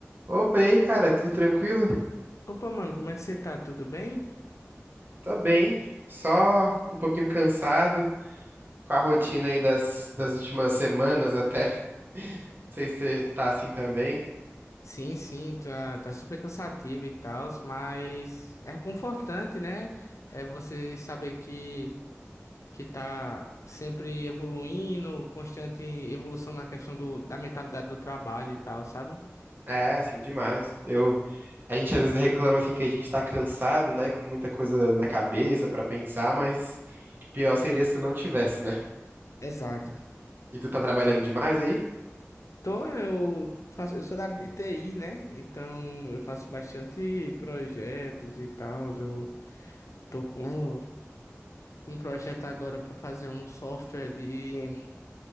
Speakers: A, on the right; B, on the left.
A: Opa, e aí, cara, tudo tranquilo?
B: Opa, mano, como é que você tá? Tudo bem?
A: Tô bem, só um pouquinho cansado com a rotina aí das, das últimas semanas até. <laughs> Não sei se você tá assim também.
B: Sim, sim, tá, tá super cansativo e tal, mas é confortante, né? É você saber que, que tá sempre evoluindo, constante evolução na questão do, da mentalidade do trabalho e tal, sabe?
A: É, assim, demais. Eu, a gente às vezes reclama assim que a gente tá cansado, né, com muita coisa na cabeça pra pensar, mas pior seria se não tivesse, né?
B: Exato.
A: E tu tá trabalhando
B: Exato.
A: demais aí?
B: Então, eu faço, eu sou da área de TI, né? Então, eu faço bastante projetos e tal. Eu tô com um um projeto agora para fazer um software de